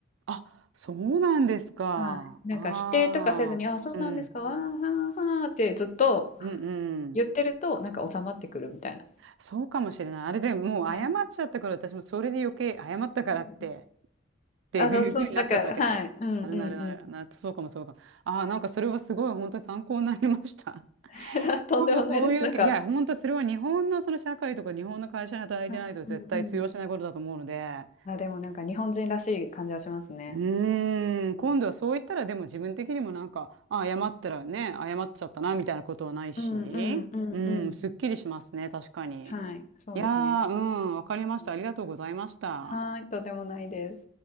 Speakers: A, on the right; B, on the left.
A: あ、そうなんですか。
B: はい。なんか否定とかせずに、
A: ああ、
B: あ、そうなんですか、
A: うん。
B: あーはーはーってずっと
A: うんうん。
B: 言ってると、なんか収まってくるみたいな。
A: そうかもしれない。あれでもう謝っちゃったから、
B: はい。
A: 私もそれで余計謝ったからって、
B: うんうん
A: っていうふうになっちゃったわけでね。
B: あ、そうそう、なんか、はい。うんうんうん。
A: なるなるなる。な、そうかもそうかも。ああ、なんかそれはすごい本当に参考になりました。<laughs>
B: <laughs> とんでもないです。
A: 今度そういう、
B: なんか、
A: いや、本当それは日本のその社会とか日本の会社に働いてないと絶対通用しないことだと思うので、
B: はいうんうん。あ、でもなんか日本人らしい感じはしますね。
A: うーん、
B: うん
A: 今度はそう言ったらでも自分的にもなんか、あ、謝ったらね、謝っちゃったなみたいなことはないし、
B: うんうんうんうん。
A: うん、すっきりしますね、確かに。
B: はい、そうですね。
A: いやー、
B: なんか
A: うん、わかりました。
B: うん。
A: ありがとうございました。
B: はーい、とでもないです。